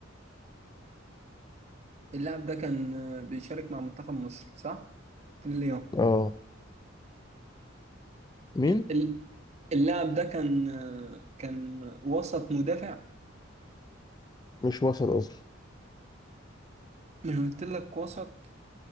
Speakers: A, on the right (about 35°); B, on the left (about 20°).
A: اللاعب ده كان آه، بيشارك مع منتخب مصر صح؟ كل يوم
B: اه مين
A: ال- اللاعب ده كان آه، كان وسط مدافع
B: مش وسط اصلا
A: من قلت لك وسط